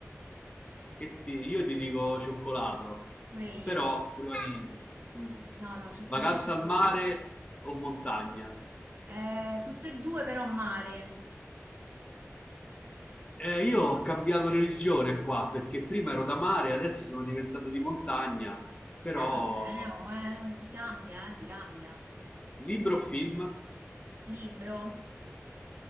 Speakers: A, on the left (about 25°); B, on the right (about 50°).
A: che ti- io ti dico cioccolato,
B: Pure io.
A: però pure vaniglia. Mm.
B: No, no, ciocco
A: Vacanza
B: io, cioccolato.
A: al mare o montagna?
B: Eh, tutte e due però mare.
A: Eh, io ho cambiato religione qua perché prima ero da mare, adesso sono diventato di montagna, però
B: Eh, va bene, oh, eh, si cambia, eh, si cambia.
A: libro o film?
B: Libro,